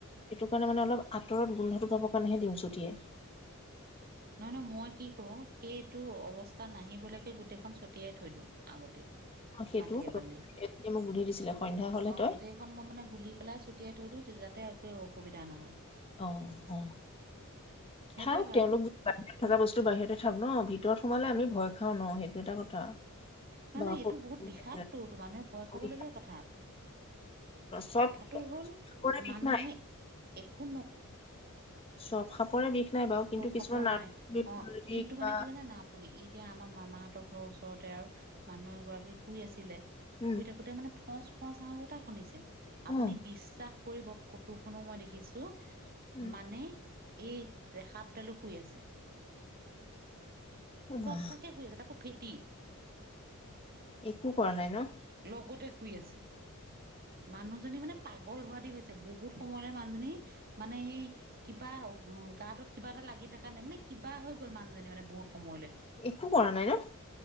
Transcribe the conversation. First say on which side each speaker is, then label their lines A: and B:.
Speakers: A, on the left; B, on the right.
A: এইটো কাৰণে মানে অলপ আঁতৰত গোন্ধটো পাবৰ কাৰণেহে দিওঁ ছটিয়াই।
B: নহয়, নহয় মই কি কৰো সেইটো অৱস্থা নাহিবলৈ এই গোটেইখন ছটিয়াই থৈ দিওঁ আগতে,
A: অ সেইটোও
B: মাটি-বালিয়ে।
A: কৰো এতিয়া মোক বুদ্ধি দিছিলে সন্ধ্যা হলে
B: অহ,
A: তই
B: গোটেইখন মই মানে গুলি পেলাই ছটিয়াই থৈ দিওঁ যাতে গোটেই অসুবিধা নহয়।
A: অহ, অহ
B: সেইটোৱে
A: থাওক
B: ভাল
A: তেওঁলোক- বাহিৰত থকা বস্তু বাহিৰতে থাক ন ভিতৰত সোমালে আমি ভয় খাওঁ ন সেইটো এটা কথা।
B: নহয়,
A: বা
B: নহয় এইটো বহুত বিষাকতটো মানুহে ভয় খাবলগীয়া
A: বিষায়
B: কথা।
A: চব
B: কথাটো হল
A: সাপৰে বিষ
B: মানুহে
A: নাই
B: একো নোক
A: চব সাপৰে বিষ নাই বাৰু কিন্তু
B: চব
A: কিছুমান
B: সাপৰ
A: নাৰ্ভ
B: নাই। অ,
A: যদি
B: কিন্তু
A: কিবা
B: মানে কি জানা না আপুনি ই এতিয়া আমাৰ মামাহঁতৰ ঘৰৰ ওচৰতে আৰু মানুহ এগৰাকী শুই আছিলে শুই
A: উম
B: থাকোতে মানে ফচ সজ আও এটা শুনিছে, আপুনি
A: অ,
B: বিশ্বাস কৰিব ফটো খনো মই দেখিছো
A: উম
B: মানে এইৰেখাপডালো শুই আছে।
A: অ
B: সঁচাকে
A: মা
B: শুই আছে, তাকো ফেটি।
A: একো কৰা নাই ন
B: লগতে শুই আছে। মানুহজনী মানে পাগল হোৱা দি হৈছে। বহুত সময়ৰে মানুহজনী মানে এই কিবা আউ গাটোত কিবা এটা লাগি থকা নাই মানে কিবা হৈ গ'ল মানুহজনী মানে বহুত। সময়লৈ।
A: একো কৰা নাই ন